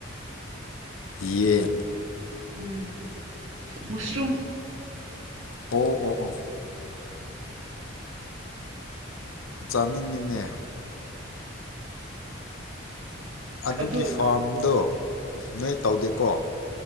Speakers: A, on the left; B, on the right.
A: ꯌꯦꯟ
B: ꯎꯝ ꯃꯨꯁꯔꯨꯝ
A: ꯑꯣ ꯑꯣ ꯑꯣ ꯆꯥꯅꯤꯡꯉꯤꯅꯦ ꯑꯗꯨꯒꯤ
B: ꯑꯗꯨ
A: ꯐꯥꯔꯝꯗꯣ ꯅꯣꯏ ꯇꯧꯗꯦꯀꯣ